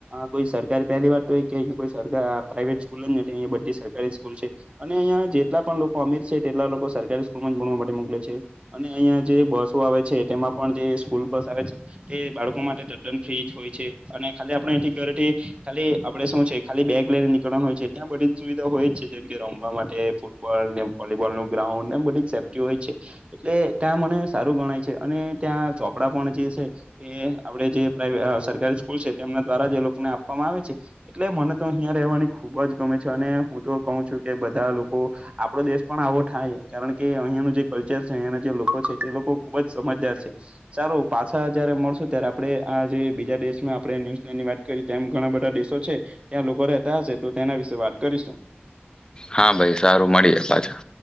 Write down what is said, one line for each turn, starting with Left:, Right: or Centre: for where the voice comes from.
Right: કોઈ સરકારી પહેલી વાત તો હોય કે અહીં કો સર પ્રાવેટ સ્કૂલ જ નથી અયા બધી સરકારી સ્કૂલ છે અને અ જેટલા પણ લોકો અમીર છે તેટલા લોકો સરકારી સ્કૂલ માં જ ભણવા માટે મોકલે છે અને અહિયાં જે બસો આવે છે છે તેમાં પણ જે સ્કૂલ બસ આવે છે તે બાળકો માટે તદ્દન ફ્રીજ હોય છે અને ખાલી આપણે ખાલી આપણે શું છે ખાલી બેગ લઈને નીકળવાનું હોય છે ત્યાં બધી જ સુવિધા હોય જ છે જેમ કે રમવા માટે ફૂટબોલ નેો બોલ નું ગ્રાઉન્ડ બધી જ સેફ્ટી હોય છે એટલે ત્યાં મને સારું ગણાય છે અને ત્યાં ચોપડા પણ જે છે એ આપડે જે સરકારી સ્કૂલ છે તેમના દ્વારા જે લોકો આપવામાં આવે છે એટલે મને તો અહં રહેવાની ખુબ જ ગમે છે અને હું તો કહું છું કે બધા લોકો આપડો દેશ પણ આવો થાય કારણ કે અહિયાંનું જે કલ્ચર છે અહંના જે લોકો છે તે લોકો ખુબ જ સમજ દાર ચાલો પાછા જયારે મળશો ત્યારે આપડે આ જે બીજા દેશ આપણે ન્યુઝીલેન્ડ ની વાત કરી ઘણા બધા દેશો છે ત્યાં લોકો રહેતા હશે તો તેના વિશે વાત કરીશું
Left: હા ભાઈ સારું મળી જ પાછા